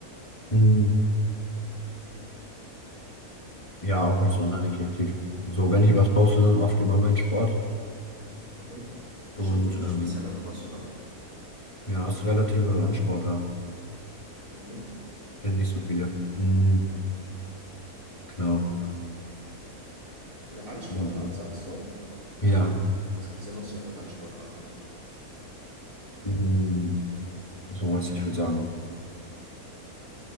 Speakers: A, on the left; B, on the right.
A: Mhm. Ja, auch nicht sonderlich aktiv. So, wenn ich was poste, dann oft über meinen Sport.
B: Mhm.
A: Und
B: Stimmt, du, du
A: ähm,
B: spielst ja Lacrosse, oder?
A: ja, es ist relative Randsportart.
B: Mhm.
A: Kennen nicht so viele. Mhm, genau.
B: Eine Randsportart,
A: Also,
B: sagst du?
A: ja,
B: Was gibt's denn noch so für Randsportarten?
A: mhm, sowas, ich würde sagen.